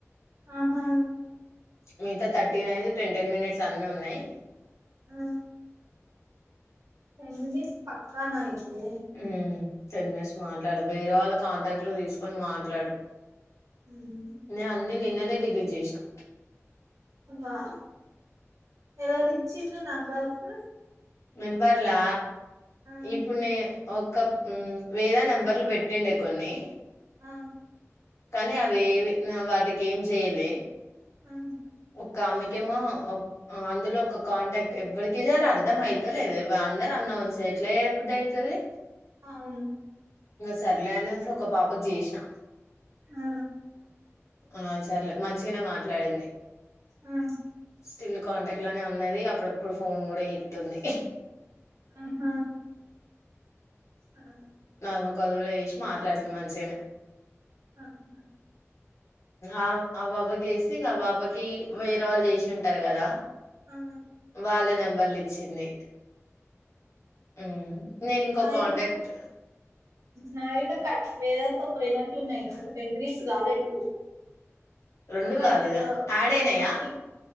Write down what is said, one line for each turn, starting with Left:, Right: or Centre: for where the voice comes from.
Right: ఆహా
Left: మిగతా థర్టీన్ అఐదు టెన్ టెన్ మినిట్స్ అన్ని ఉన్నాయి
Right: ఆ టెన్ మనిట్ పక్కన ఐతే
Left: ఉమ్ టెన్ మినిట్స్ మాట్లాడు వేరే వాళ్ళ కాంటాక్ట్లు తీసుకొని మాట్లాడు
Right: ఉమ్,
Left: నే అన్ని నిన్ననే రిలీజ్ చేసినా
Right: వా ఎవర ఇచ్చిండ్రు నంబర్స్
Left: మెంబర్లా
Right: ఆ
Left: ఇప్పుడు న ఒ వేదా నెంబర్లు పెట్టిండే కొన్ని
Right: ఆ
Left: కానీ అవి ఏవి వాటికి ఏం చేయాలే
Right: ఆ
Left: ఒ ఆమెకేమో అందులో ఒక కాంటాక్ట్ ఎవరికి చేల అర్థం అయితేలేద అందరు నాన్సె ఎట్ల అయబుద్తది
Right: అవును
Left: సర్లేనే అనే సి ఒక పాప కి చేసిన
Right: ఆ
Left: ఆ సరలే మంచిగానే మాట్లాడింది
Right: ఆ
Left: స్టిల్ కాంటాక్ట్ లోనే ఉన్నది అప్పుడప్పుడు ఫోన్ కూడా చేత్తుంది
Right: ఆహా ఆ
Left: నలమ కలుగులు వేసి మాట్లాడుతుం మంచిగానే
Right: ఔనా
Left: ఆ ఆ బాబా చేస్తే ఇంకా ఆ బాబాకి వేరే వాళ్ళు చేసి ఉంటారు కదా
Right: ఆ
Left: వాళ్ళ నంబర్లు ఇచ్చింది ఉమ్ నేను ఇంకో
Right: హాయి
Left: కాంటాక్ట్
Right: కూడా నావి కూడా కట్ వేదతో పోయినట్లున్నాయి ఒక టెన్ మినిట్స్ కాలె ట్టు
Left: రెండు
Right: ఒకటి
Left: కాలేదా యాడ్ అయినయా
Right: ఒకటి